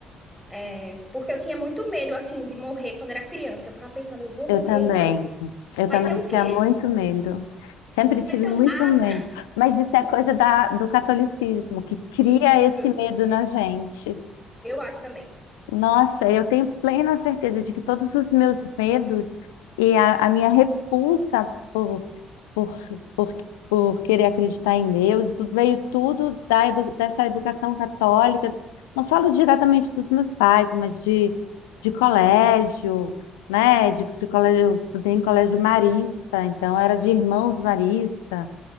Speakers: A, in the centre; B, on the left (about 75°).
A: é, porque eu tinha muito medo, assim, de morrer quando era criança. Eu ficava pensando, eu vou morrer,
B: Eu também.
A: e aí?
B: Eu
A: Vai
B: também
A: ter o
B: tinha
A: quê?
B: muito medo. Sempre
A: Vai
B: tive
A: ser
B: muito
A: um nada?
B: medo. Mas isso é coisa da, do catolicismo, que cria
A: Isso,
B: esse medo na gente.
A: eu acho também.
B: Nossa, eu tenho plena certeza de que todos os meus medos e a, a minha repulsa por, por, por, por querer acreditar em Deus, tudo veio tudo da edu- dessa educação católica. Não falo diretamente dos meus pais, mas de, de colégio, né? De, de colégio, eu estudei em colégio marista, então era de irmãos maristas.